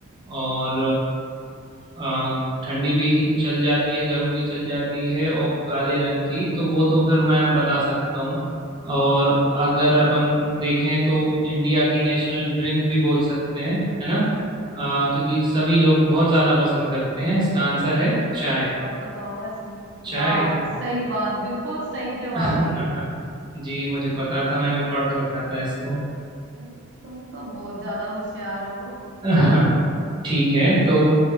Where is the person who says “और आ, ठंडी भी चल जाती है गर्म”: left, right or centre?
Right